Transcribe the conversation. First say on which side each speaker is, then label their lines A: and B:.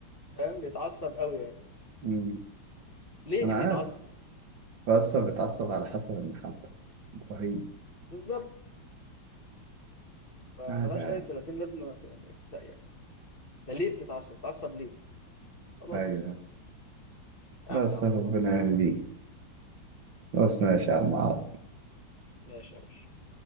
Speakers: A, on the left (about 30°); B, on the right (about 70°).
A: فاهم بيتعصب قوي يعني
B: مم.
A: ليه
B: أنا
A: بيتعصب
B: عارف بس بتعصب على حسب المحبة إبراهيم
A: بالظبط فملهاش
B: عاد عاد
A: أي 30 لازمة يعني ساقية فليه بتتعصب بتتعصب ليه خلاص
B: ايوه
A: أعمل
B: بس
A: على
B: ربنا
A: الله
B: يهديك بس ما شاء الله
A: ماشي يا باشا